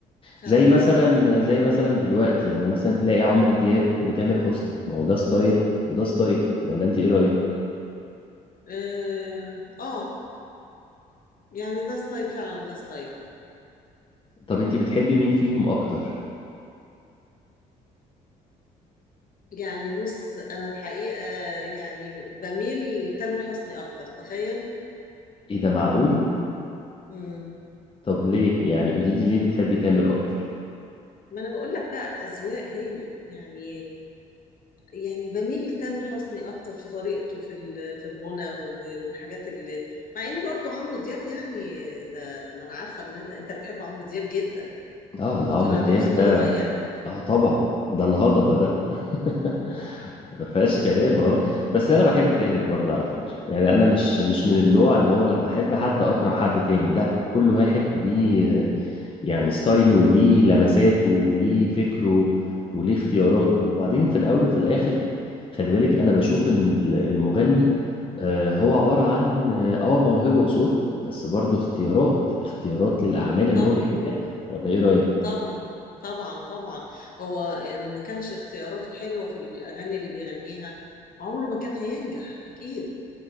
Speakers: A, on the left (about 50°); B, on the left (about 30°).
A: فعلا
B: زي مثلا زي مثلا دلوقتي يعني مثلا تلاقي عمرو دياب وتامر حسني ما هو ده ستايل وده ستايل ولا انت ايه رأيك
A: مم. اه آه، يعني ده ستايل فعلا وده ستايل
B: طب انت بتحبي مين فيهم اكتر
A: يعني بص انا الحقيقة يعني بميل لتامر حسني اكتر تخيل
B: ايه ده معقول
A: امم
B: طب ليه يعني قولي لي ليه بتحبي تامر اكتر
A: ما انا بقول لك بقى اذواق هي يعني يعني بميل لتامر حسني اكتر في طريقته في ال- في الغنى والحاجات اللي مع ان برضو عمرو دياب يعني ده ما انا عارفة ان انت بتحب عمرو دياب جدا
B: اه ده
A: وبتقول
B: عمرو
A: عليه
B: دياب
A: أسطورة
B: ده
A: يعني
B: اه طبعا ده الهضبة ده <laughs>
A: <laughs>
B: ما فيهاش كلام اه بس انا بحب تامر
A: آه،
B: برضه على فكرة يعني انا مش مش
A: آه،
B: من النوع اللي هو لما احب حد اكره حد تاني لا كل واحد وليه آه، يعني ستايله وليه لمساته وليه فكره وليه اختياراته وبعدين في الاول وفي الاخر خلي بالك انا بشوف ان ال- المغني آه، هو عبارة عن اه آه، موهبة وصوت بس برضه اختيارات اختيارات للاعمال اللي
A: طبعا
B: هو بيقدمها ولا ايه رأيك
A: طبعا طبعا طبعا هو إن ما كانش اختياراته حلوة في الأغاني اللي بيغنيها عمره ما كان هينجح أكيد